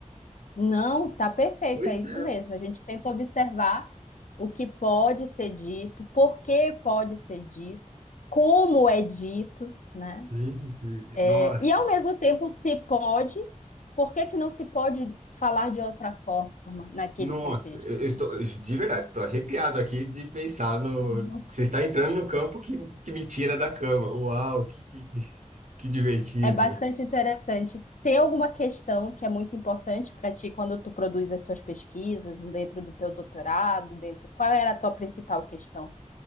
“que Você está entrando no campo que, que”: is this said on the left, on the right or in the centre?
Right